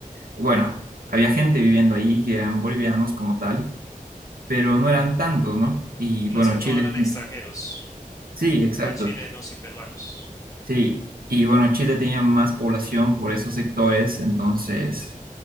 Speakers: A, on the right (about 85°); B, on the left (about 20°).
A: bueno, había gente viviendo ahí que eran bolivianos como tal, pero no eran tantos, ¿no? Y
B: Más
A: bueno,
B: que
A: Chile,
B: todo eran extranjeros,
A: sí, exacto.
B: más chilenos y peruanos.
A: Sí, y bueno, Chile tenía más población por esos sectores, entonces